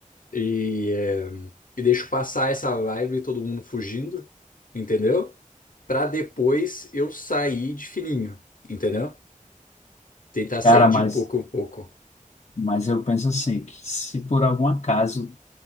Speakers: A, on the left (about 75°); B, on the left (about 55°).
A: e, eh, e deixo passar essa vibe, todo mundo fugindo, entendeu? Pra depois eu sair de fininho, entendeu? Tentar sair
B: cara, mas
A: de pouco em pouco.
B: mas eu penso assim, que se por algum acaso